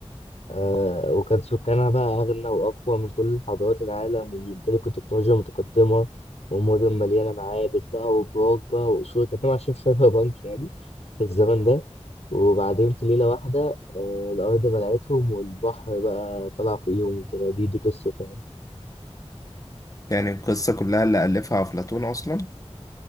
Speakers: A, on the left; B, on the left.
A: آه، وكان سكانها بقى أغنى وأقوى من كل حضارات العالم وبيمتلكوا تكنولوجيا متقدمة ومدن مليانة معابد بقى وبراج بقى وقصور كانوا عايشين في سايبر بانك يعني في الزمن ده وبعدين في ليلة واحدة آه، الأرض بلعتهم والبحر بقى طلع فوقيهم وكده دي دي قصة يعني
B: يعني القصة كلها اللي ألفها أفلاطون أصلا